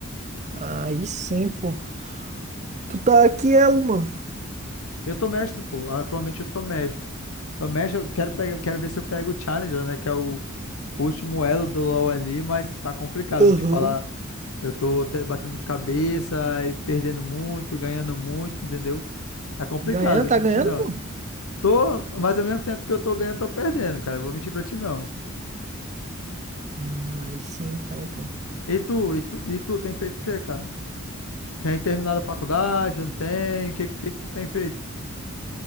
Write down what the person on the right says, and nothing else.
Aí sim, pô. Tu tá aqui, ela, mano.
Uhum.
Ganhando,
tá
ganhando,
pô?
Hum, aí sim, então, pô.